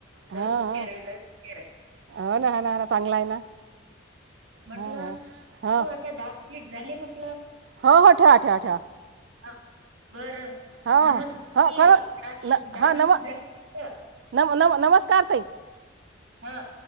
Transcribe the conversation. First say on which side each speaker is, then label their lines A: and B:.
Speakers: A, on the right; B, on the right.
A: खरंच
B: हां
A: हुशार
B: हां
A: आहे लच हुशार आहे
B: हो ना हो ना हो
A: ह
B: ना चांगला आहे ना
A: म्हटलं
B: हां हां हां
A: तू आता दहा मिनिट झाले म्हटलं
B: हो हो ठेवा ठेवा-
A: ह बरं,
B: हो
A: नमस्कार
B: हो हो कर न
A: दहा
B: हां
A: मिनिट
B: नम
A: झाले
B: नम नम नमस्कार ताई,
A: हा,